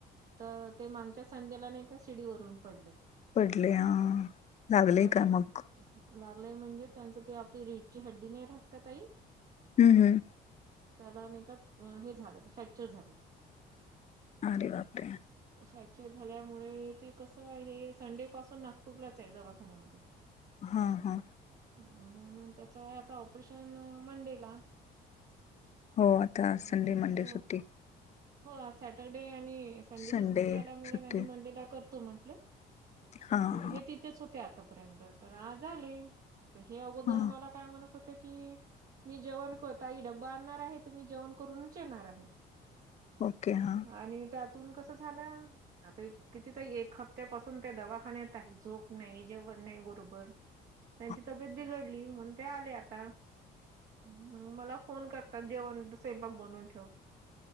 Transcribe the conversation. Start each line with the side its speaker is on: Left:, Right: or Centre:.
Right: तर ते मांगच्या संडेला नाही का शिडी वरून पडले.
Left: पडले हा लागले
Right: तर
Left: का मग?
Right: लागलंय म्हणजे त्यांचं ते आपली रीडची हड्डी नाही राहात का ताई,
Left: हम् हम.
Right: त्याला नाही का हे झालं फॅक्चर झाले.
Left: अरे बापरे!
Right: फॅक्चर झाल्यामुळे ते कसं आहे संडे पासून नागपूरलाच आहे दवाखान्यामध्ये.
Left: हां हां.
Right: म्हणून त्याच आहे आता ऑपरेशन मंडेला.
Left: हो आता
Right: हे
Left: संडे मंडे
Right: तर हे
Left: सुट्टी.
Right: हो आज सॅटरडे आणि संडेची
Left: संडे
Right: सुट्टी आल्यामुळे
Left: सुट्टी
Right: त्यांनी मंडेला करतो म्हटले.
Left: हा
Right: तर
Left: हा
Right: हे तिथेच होते आतापर्यंत, तर आज आले. हे अगोदर
Left: हा
Right: मला काय म्हणत होते की मी जेवण कर ताई डबा आणणार आहे तर मी जेवण करूनचं येणार आहे.
Left: ओके हां.
Right: आणि त्यातून कसं झालं आता किती तिथं एक हप्त्यापासून ते दवाखान्यात आहे झोप नाही जेवण नाही बरोबर.
Left: <inaudible>
Right: त्यांची तब्येत बिघडली, म्हणून ते आले आता, मग मला फोन कर तात जेवण स्वयंपाक बनवून ठेव.